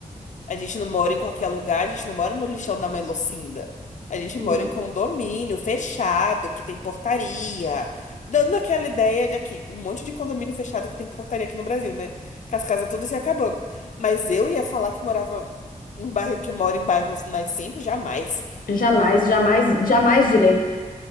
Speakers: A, on the left; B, on the left.
A: A gente não mora em qualquer lugar, a gente não mora no lixão da mãe Lucinda. A gente
B: Hum.
A: mora em condomínio fechado, que tem portaria. Dando aquela ideia de aqui, um monte de condomínio fechado que tem portaria aqui no Brasil, né? Que as casas tudo se acabando. Mas eu ia falar que morava em bairro, que mora em bairros nascentes, jamais.
B: Jamais, jamais, jamais direi.